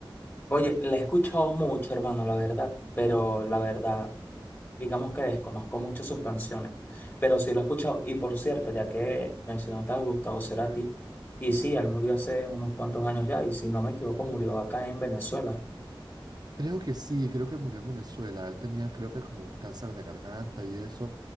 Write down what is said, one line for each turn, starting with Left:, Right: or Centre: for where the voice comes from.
Left: Oye, la he escuchado mucho, hermano, la verdad, pero la verdad, digamos que desconozco mucho sus canciones, pero sí lo he escuchado. Y por cierto, ya que mencionaste a Gustavo Cerati, y sí, él murió hace unos cuantos años ya, y si no me equivoco, murió acá en Venezuela.
Right: Creo que sí, creo que murió en Venezuela. Él tenía, creo que como un cáncer de garganta y eso.